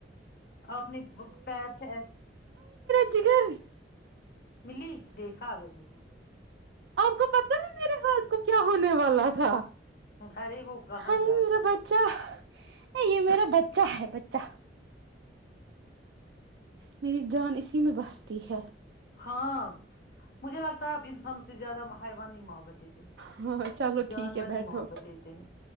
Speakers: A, on the left (about 55°); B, on the right (about 70°).
A: آپ نے پیر سے
B: جکگر
A: ملی دیکھا آگ ت
B: آپ کو پتا ہے میرے ہارٹ کو کیا ہونے والا تھا
A: ارے وہ کہاں
B: ہائی
A: جاتا
B: میرا
A: ہے
B: بچہ یہ میرا بچہ ہے بچہ میری جان اسی میں بستی ہے
A: ہاں مجھے لگتا ہے اب انسانوں سے زیادہ بائیوان ہی محبت دیتے ہیں
B: ہاں چلو
A: جانور
B: ٹھیک ہے بیٹھو
A: ہی محبت دیتے ہیں